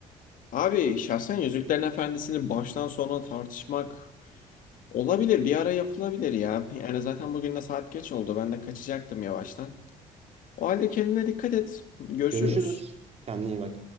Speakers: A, on the left; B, on the right.
A: Abi şahsen Yüzüklerin Efendisi'ni baştan sona tartışmak olabilir. Bir ara yapılabilir ya. Yani zaten bugün de saat geç oldu. Ben de kaçacaktım yavaştan. O halde kendine dikkat et. Görüşürüz.
B: Görüşürüz. Kendine iyi bak.